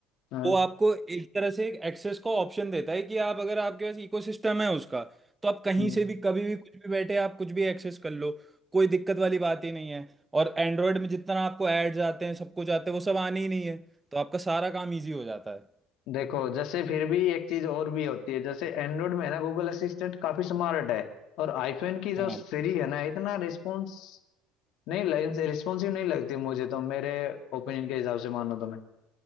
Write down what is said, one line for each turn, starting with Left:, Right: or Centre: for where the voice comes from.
Left: हाँ
Right: वो आपको एक तरह से एक एक्सेस का ऑप्शन देता है कि आप अगर आपके पास इकोसिस्टम है उसका तो आप कहीं
Left: हम्म।
Right: से भी कभी भी कुछ भी बैठे आप कुछ भी एक्सेस कर लो कोई दिक्कत वाली बात ही नहीं है और एंड्रॉयड में जितना आपको एड्स आते हैं सब कुछ आते हैं वो सब आने ही नहीं है तो आपका सारा काम इजी हो जाता है
Left: देखो जैसे फिर भी एक चीज और भी होती है जैसे एंड्रॉइड में है ना गूगल असिस्टेंट काफी स्मार्ट है और आईफोन की जो
Right: हाँ
Left: सीरी है ना इतना रिस्पॉन्स नहीं रिस्पॉन्सिव नहीं लगती मुझे तो मेरे ओपिनियन के हिसाब से मानो तो मैं